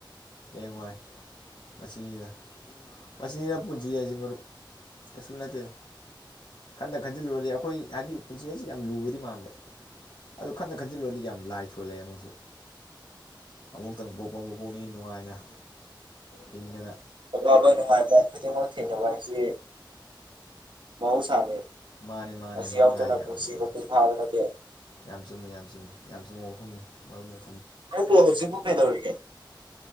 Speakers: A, on the left (about 75°); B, on the right (about 75°).
A: ꯍꯌꯦꯡꯉꯏ ꯃꯁꯤꯁꯤꯅ ꯃꯁꯤꯅ ꯄꯨꯟꯁꯤ ꯍꯥꯏ ꯑꯁꯤ ꯃꯔꯨꯞ ꯀꯩꯁꯨ ꯅꯠꯇꯦꯗ ꯈꯟꯇ ꯈꯟꯖꯤꯜꯂꯨꯔꯗꯤ ꯑꯩꯈꯣꯏ ꯍꯥꯏꯗꯤ ꯄꯨꯟꯁꯤ ꯍꯥꯏꯁꯤ ꯌꯥꯝ ꯂꯨꯕꯗꯤ ꯃꯥꯟꯕ ꯑꯗꯣ ꯈꯟꯗ ꯈꯟꯖꯤꯜꯂꯨꯔꯗꯤ ꯌꯥꯝ ꯂꯥꯏ ꯊꯣꯛꯂꯛꯑꯦ ꯑꯃꯨꯛꯁꯨ ꯑꯃꯨꯛꯇꯪ ꯄꯣꯛꯄ ꯄꯣꯛꯅꯤ ꯅꯨꯡꯉꯥꯏꯅ ꯍꯤꯡꯗꯅ
B: ꯑꯋꯥꯕ ꯅꯨꯡꯉꯥꯏꯕ ꯈꯨꯗꯤꯡꯃꯛ ꯊꯦꯡꯅꯕ ꯍꯥꯏꯁꯤ ꯃꯍꯧꯁꯥꯅꯦ
A: ꯃꯥꯅꯤ ꯃꯥꯅꯤ
B: ꯑꯁꯤ
A: ꯃꯔꯨꯞꯅ
B: ꯌꯥꯑꯣꯗꯅ
A: ꯍꯥꯏ ꯌꯥꯝ
B: ꯄꯨꯟꯁꯤ
A: ꯆꯨꯝꯃꯤ
B: ꯃꯄꯨ ꯊꯥꯕ ꯅꯠꯇꯦ
A: ꯌꯥꯝ ꯆꯨꯝꯃꯤ ꯌꯥꯝ ꯆꯨꯝꯃꯤ ꯌꯥꯝ ꯆꯨꯝꯕ ꯃꯐꯝꯅꯤ ꯃꯔꯄ ꯅ
B: ꯃꯔꯨꯞꯄꯨ ꯍꯧꯖꯤꯛꯄꯨ ꯀꯩꯗꯣꯔꯤꯒꯦ